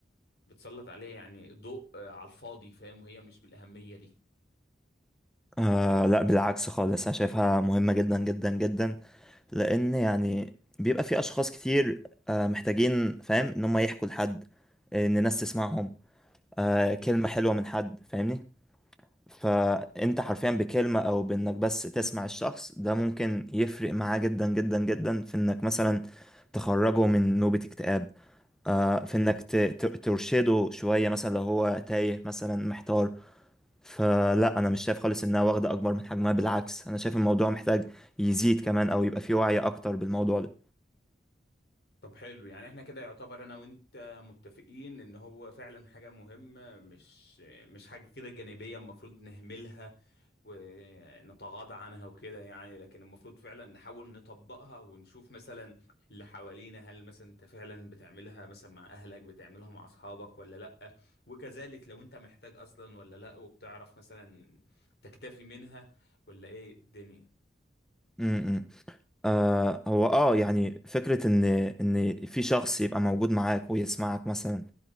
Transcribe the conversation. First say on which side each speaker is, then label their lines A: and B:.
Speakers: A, on the left; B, in the centre.
A: بتسلط عليها يعني ضوء على الفاضي فاهم وهي مش بالأهمية دي
B: آه لا بالعكس خالص انا شايفها مهمة جدا جدا جدا لان يعني بيبقى في اشخاص كتير آه محتاجين فاهم ان هم يحكوا لحد ان ناس تسمعهم آه
A: مم.
B: كلمة حلوة من حد فاهمني فانت حرفيا بكلمة او بانك بس تسمع الشخص ده ممكن يفرق معاه جدا جدا جدا في انك مثلا تخرجه من نوبة اكتئاب آه
A: مم.
B: في انك ت- ت- ترشده شوية مثلا لو هو تايه مثلا محتار فلا انا مش شايف خالص انها واخده اكبر من حجمها بالعكس انا شايف الموضوع محتاج يزيد كمان او يبقى فيه وعي اكتر بالموضوع ده
A: طب حلو يعني احنا كده يعتبر انا وانت متفقين ان هو فعلا حاجة مهمة مش مش حاجة كده جانبية المفروض نهملها ونتغاضى عنها وكده يعني لكن المفروض فعلا نحاول نطبقها ونشوف مثلا اللي حوالينا هل مثلا انت فعلا بتعملها مثلا مع اهلك بتعملها مع اصحابك ولا لا وكذلك لو انت محتاج اصلا ولا لا وبتعرف مثلا تكتفي منها ولا ايه الدنيا
B: امم آه هو اه يعني فكره ان ان في شخص يبقى موجود معاك ويسمعك مثلا